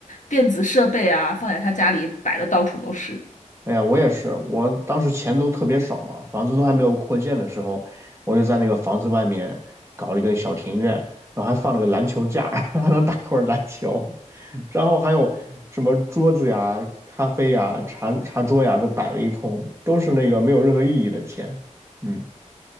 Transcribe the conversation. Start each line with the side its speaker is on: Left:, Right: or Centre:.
Left: 电子设备啊，放在他家里摆的到处都是。
Right: 哎呀，我也是，我当时钱都特别少嘛，房子都还没有扩建的时候，我就在那个房子外面搞了一个小庭院，然后还放了个篮球架，<laughs> 还能打会儿篮球，然后还有什么桌子呀、咖啡呀、茶茶桌呀，都摆了一通，都是那个没有任何意义的钱。嗯。